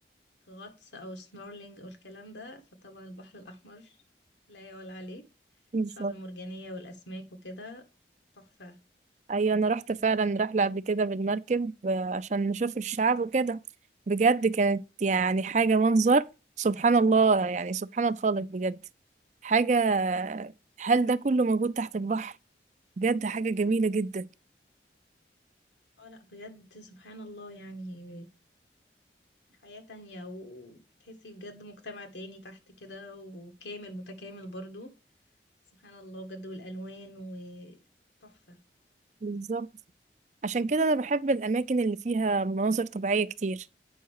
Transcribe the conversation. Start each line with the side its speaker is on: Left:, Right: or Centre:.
Left: غطس او سنورلينج او الكلام ده فطبعا البحر الاحمر لا يعلى عليه
Right: بالظبط.
Left: الشعاب المرجانيه والاسماك وكده تحفه
Right: ايوه انا رحت فعلا رحله قبل كده بالمركب آه، عشان نشوف الشعاب وكده بجد كانت يعني حاجه منظر سبحان الله يعني سبحان الخالق بجد حاجه هل ده كله موجود تحت البحر بجد حاجه جميله جدا
Left: اه لا بجد سبحان الله يعني حياه تانية وبتحسي بجد مجتمع تاني تحت كده وكامل متكامل برضو سبحان الله بجد والألوان وتحفة
Right: بالظبط عشان كده انا بحب الاماكن اللي فيها مناظر طبيعيه كتير